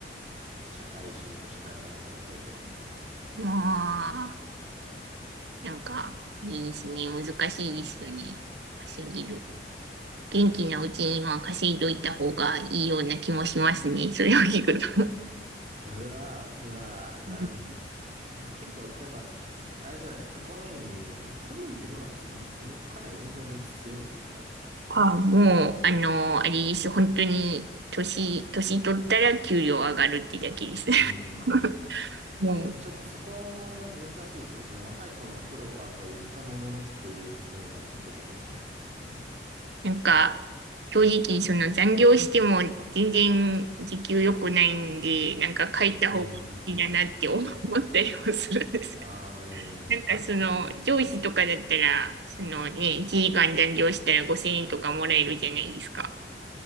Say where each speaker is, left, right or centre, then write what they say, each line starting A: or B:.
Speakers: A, on the right; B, on the right.
A: 社会人としてはまだまだペーペーなので。
B: ああ、なんか、いいですね。難しいですよね。稼ぎる。
A: うん。
B: 元気なうちには稼いどいた方がいいような気もしますね。<laughs> それを聞くと。
A: 俺は、まあ、なん
B: <laughs>
A: 結構、やっぱ、あれじゃないですか、公務員の、公務員ってどうなんですかもう、ね、かなり年功序列強いんですか
B: あ、もう、あの、あれです。本当に、年、年取ったら給料上がるってだけです。
A: うんうんうん。
B: <laughs> も
A: で、ちょっとそこも難しいですね。その若い頃の苦労はとは言ったもののっていうところがちょっと出てきちゃいますもんね。
B: う、なんか、正直、その残業しても全然時給良くないんで、なんか書いた方がいいだなって思ったりもするんです。
A: うんうんうん。ああ、
B: <laughs>
A: うんうんうん。
B: なんかその、上司とかだったら、そのね、1時間残業したら5000円とかもらえるじゃないですか。